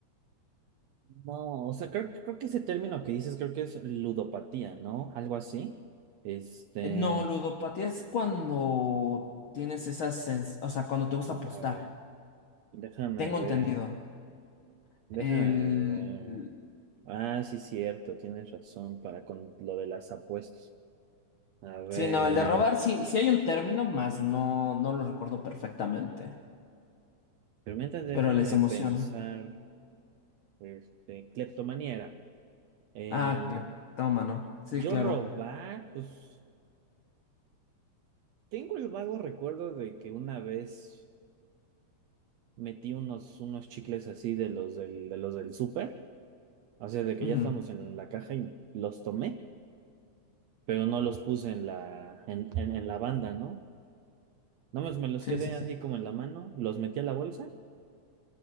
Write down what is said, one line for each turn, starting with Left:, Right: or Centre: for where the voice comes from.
Right: No, o sea, creo, creo que ese término que dices, creo que es ludopatía, ¿no? Algo así. Este,
Left: Eh, No, ludopatía es cuando tienes esas... sens- O sea, cuando te gusta apostar.
Right: a ver, déjame
Left: Tengo
Right: ver,
Left: entendido.
Right: déjame
Left: El...
Right: ver.
Left: el-
Right: Ah, sí, cierto, tienes razón para con lo de las apuestas. A ver,
Left: Sí, no, el de robar sí, sí hay un término, más no, no lo recuerdo perfectamente.
Right: pero mientras déjame
Left: Pero les emociona.
Right: pensar, este, cleptomanía era. Em,
Left: Ah, toma, ¿no? Sí,
Right: yo
Left: claro.
Right: robar, pues tengo el vago recuerdo de que una vez metí unos, unos chicles así de los del, de los del súper. O sea, de que
Left: Ujú.
Right: ya estamos en la caja y los tomé, pero no los puse en la, en, en, en la banda, ¿no? Nada más me los
Left: Sí,
Right: quedé
Left: sí, sí.
Right: así como en la mano, los metí a la bolsa,